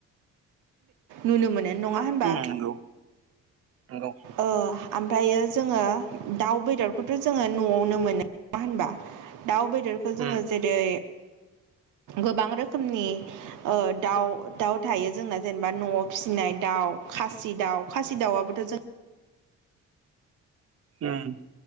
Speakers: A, on the right (about 85°); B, on the right (about 50°).
A: नुनो मोनो नङा होनबा?
B: उम नंगौ नंगौ
A: ओ ओमफ्रायो जोङो दाउ बेदरखौथ' जोङो न'आवनो मोनो। नङा होनबा दाउ बेदरखौ जोङो
B: उम
A: जेरै गोबां रोखोमनि ओ दाउ दाउ थायो जोंना जेनेबा न'आव फिसिनाय दाउ खासि दाउ खासि दाउआबोथ' जों
B: उम